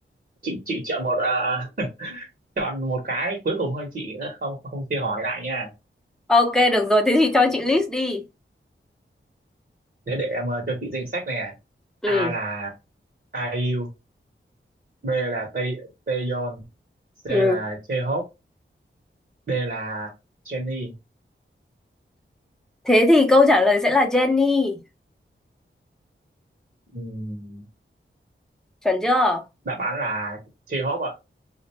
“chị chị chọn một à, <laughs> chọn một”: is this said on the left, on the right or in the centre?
Right